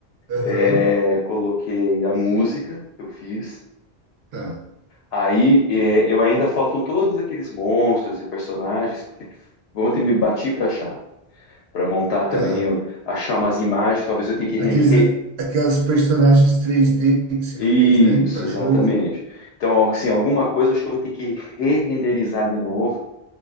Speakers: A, on the right (about 70°); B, on the left (about 80°).
A: Aham,
B: é, coloquei a música que eu fiz.
A: tá,
B: Aí é, eu ainda faltam todos aqueles monstros e personagens porque vão ter que me bater para achar, para montar também,
A: tá.
B: eu- achar umas imagens. Talvez eu tenha que render.
A: Aqueles,
B: re-
A: aquelas personagens 3D que você
B: Isso,
A: fez, né? Para
B: exatamente.
A: jogo.
B: Então, assim, alguma coisa eu acho que eu vou ter que re-renderizar de novo